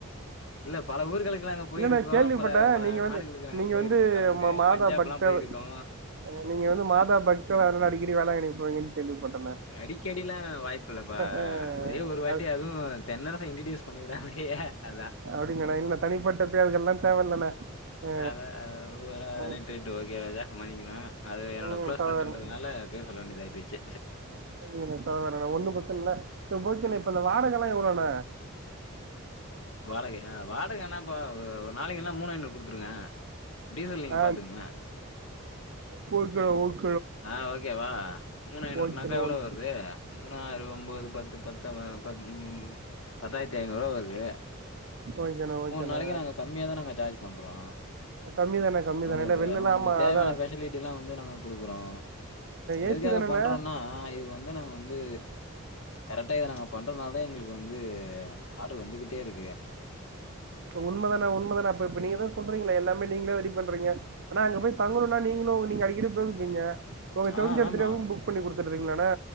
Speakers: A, on the left; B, on the right.
A: இல்ல பல ஊர்களுக் நாங்க போயிருக்கோ
B: இல்லண்ணே கேள்விப்பட்டே
A: பல பல
B: நீங்க வந்து
A: நாடுகளுக்கு நாங்க
B: நீங்க
A: போயிருக்கோ
B: வந்து
A: கடந்து
B: ம மாதா
A: பஞ்சாப்ல்லா
B: பக்தர்
A: போயிருக்கோ
B: நீங்க வந்து மாதா பக்தர் அதனால அடிகடி வேளாங்கன்னி போவீங்கன்னு கேள்விப்பட்டனே
A: அடிக்கடில்லா வாய்ப்பு இல்லப்பா
B: ஆ
A: ஒரே ஒரு வாட்டி
B: அ
A: அதுவு தென்னரச இன்ட்டிடியூஸ் <unintelligible> அதா
B: அப்டிங்களாண்ணே இல்லண்ணே தனிப்பட்ட பேர்கள்லா தேவல்லண்ணே ஆ
A: அத ஊ ரைட்
B: ஆ
A: ரரைட்டு ஓகே ராஜா மன்னிக்கணு அது என்னோட
B: ம்
A: க்ளோஸ்
B: பரவால்லண்ணே
A: ஃப்ரெண்டுன்றதுனால பேரு சொல்ல வேண்டியதாயி போயிச்சு
B: <unintelligible> ஒன்னு பிரச்சனல்ல ஓகேண இப்ப
A: ம்
B: இந்த வாடகல்லா எவ்ளோண்ண
A: வாடகயா வாடக என்னாப்பா ஒரு நாளைக்கி எல்லா மூணு ஐநூறு குடுத்துருங்க டீசல் நீங்க
B: ஆ
A: பாத்துக்குங்க
B: வெக்கற ஓகே ஓக்
A: ஆ ஓகேவா மூணு ஐநூறுனாக்கா
B: ஓகேண்ணா
A: எவ்ளோ
B: ஒன்
A: வருது மூணு ஆறு ஒம்போது பத்து பத்து பத்தா ம் பத்தாயிரத்தி ஐநூறுவா வருது
B: ஓகேண்ணா ஓகேண்ணா
A: மூணு நாளைக்கி நாங்க கம்மியாதா நாங்க சார்ஜ் பண்றோ
B: கம்மி தானே கம்மி
A: உங்களுக்கு
B: தானே இல்ல வெளிலலா
A: உங்களுக்கு
B: ஆமா
A: தேவையான
B: அதா
A: ஃபெசலிட்டில்லா வந்து நாங்க குடுக்குறோ எதுக்காக
B: ஏசி தானேண்ணா
A: பண்றோன்னா இது வந்து நாங்க வந்து கரெக்டா இத நாங்க பண்றதுனால தா எங்களுக்கு வந்து ஆடர் வந்துகிட்டே இருக்கு
B: உண்மதானா உண்மதானா அப்ப இப்ப
A: ம்
B: நீங்க தா சொல்றீங்களே எல்லாமே நீங்களே ரெடி பண்றீங்க ஆனா அங்க
A: ம்
B: போய் தங்குன்னா நீங்களு நீங்க அடிக்கடி போயிருப்பீங்க உங்க
A: ஆ
B: தெரிஞ்ச எடத்துலயே
A: ஆமா
B: ரூம் புக் பண்ணி குடுத்துடுறீங்களாண்ணே